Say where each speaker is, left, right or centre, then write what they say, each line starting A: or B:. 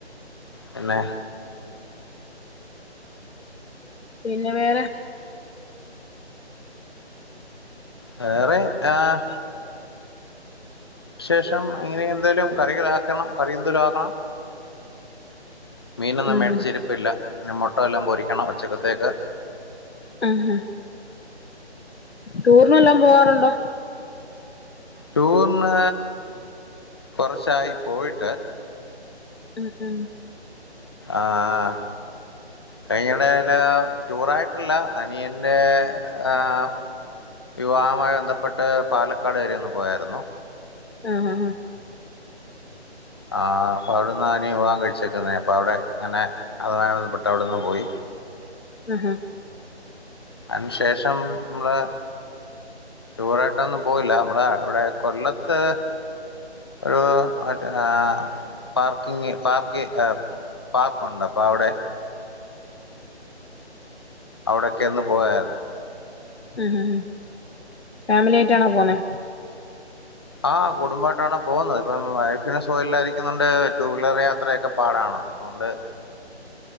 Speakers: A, on the left (about 20°); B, on the left (about 70°).
A: പിന്നെ
B: പിന്നെ വേറെ
A: വേറെ ആഹ്‌ വിശേഷം ഇങ്ങനെ എന്തേലും കറികൾ ആക്കണം കറി എന്തേലും ആക്കണം മീനൊന്നും
B: ഉം
A: മേടിച്ച ഇരിപ്പില്ല ഇനി മുട്ട വല്ലോം പൊരിക്കണം ഉച്ചക്കത്തേക്ക്
B: ആഹ ടൂറിന് വല്ലോം പോവാറുണ്ടോ
A: ടൂറിന് കൊറച്ചായി പോയിട്ട്
B: ആഹ് ആഹ്
A: ആഹ് കഴിഞ്ഞ ഇടയില് ടൂറായിട്ടല്ല അനിയന്റെ ആഹ് വിവാഹവുമായി ബന്ധപ്പെട്ട് പാലക്കാട് വരെ ഒന്ന് പോയാരുന്നു
B: ആഹ് ഹാ ഹാ
A: ആഹ് അപ്പൊ അവിടെന്നാ അനിയൻ വിവാഹം കഴിച്ചക്കുന്നേ അപ്പൊ അവിടെ അങ്ങനെ അതുമായി ബന്ധപ്പെട്ട് അവിടെ ഒന്ന് പോയി
B: ആഹാ
A: അയിന് ശേഷം ഇമ്മളെ ടൂറായിട്ടൊന്നും പോയില്ല നമ്മള ഇവിടെ കൊല്ലത്ത്. <unintelligible> Parking park. പാകോണ്ട് പ്പവിടെ. അവിടെക്കെ ഒന്ന് പോയായിരുന്നു.
B: എഹ് ഏഹ് ഫാമിലിയായിട്ടാണോ പോനെ?
A: ആഹ് കുടുംബയിട്ടാണ് പോന്നത് ഇപ്പം വൈഫിന് സുഖം ഇല്ലാായിരിക്കുന്നുണ്ട്. ടു വീലർ യാത്രയൊക്കെ പാടണ് അതുകൊണ്ട്.